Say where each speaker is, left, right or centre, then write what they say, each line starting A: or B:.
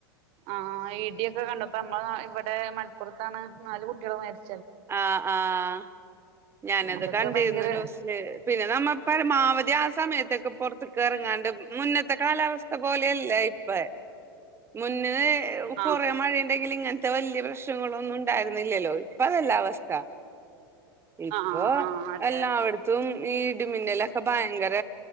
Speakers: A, on the right; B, on the right.
A: ആഹ് ഇടിയൊക്കെ കണ്ടൊപ്പം ഞമ്മളെ ഇവടെ മലപ്പൊർത്താണ് നാല് കുട്ട്യാള് മരിച്
B: ആഹ് ആഹ് ഞാനത്
A: അതൊക്കെ
B: കണ്ടിര്ന്നു
A: ഭയങ്കര
B: ന്യൂസ്ല് പിന്നെ നമ്മൾ പരമാവധി ആഹ് സമയതൊക്കെ പൊർ കർങ്ങാണ്ട് മുന്നത്തെ കാലാവസ്ഥ പോലെയല്ല ഇപ്പ മുന്നേ ഏഹ്
A: ആഹ്
B: കൊറെ മഴയ്ണ്ടെങ്കിലും ഇങ്ങൻത്തെ വെല്ല്യേ പ്രശ്നങ്ങളൊന്നും ഇണ്ടായിര്ന്നില്ലല്ലോ പ്പ അതല്ല അവസ്ഥ ഇപ്പോ
A: ആഹ് ആഹ് ആഹ് അതെ
B: എല്ലാവട്
A: അതെ
B: ത്തും ഈ ഇടിമിന്നലൊക്കെ ഭയങ്കര